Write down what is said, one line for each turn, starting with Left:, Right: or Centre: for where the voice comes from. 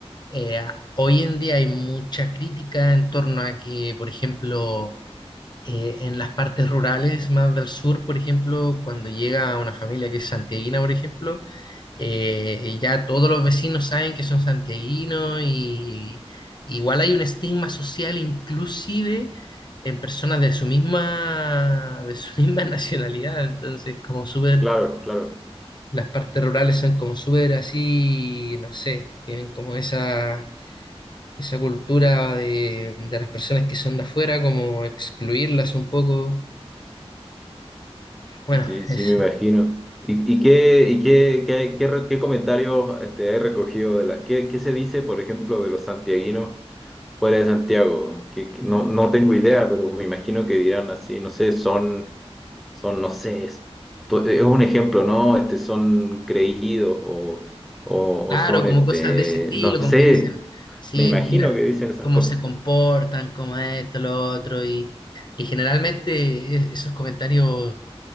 Left: eh, a- hoy en día hay mucha crítica en torno a que, por ejemplo, eh, en las partes rurales más del sur, por ejemplo, cuando llega una familia que es santiaguina, por ejemplo, eh, ya todos los vecinos saben que son santiaguinos y igual hay un estigma social inclusive en personas de su misma, de su <laughs> misma nacionalidad, entonces como súper
Centre: Claro, claro,
Left: las partes rurales son como súper así, no sé, tienen como esa, esa cultura de, de las personas que son de afuera, como excluirlas un poco. Bueno,
Centre: sí, sí,
Left: es
Centre: me imagino. ¿Y, y qué, y qué, qué, qué, re- qué comentarios este, he recogido de la, qué, qué se dice, por ejemplo, de los santiaguinos? fuera de Santiago, que, que no, no tengo idea, pero me imagino que dirán así, no sé, son, son, no sé, es, to- es un ejemplo, ¿no? Este, son creídos o, o,
Left: claro,
Centre: o son,
Left: como
Centre: este,
Left: cosas de ese estilo,
Centre: no
Left: como
Centre: sé,
Left: que dicen, sí,
Centre: me imagino
Left: pues mira
Centre: que dicen esas
Left: cómo
Centre: cosas.
Left: se comportan, cómo esto, lo otro, y, y generalmente es- esos comentarios,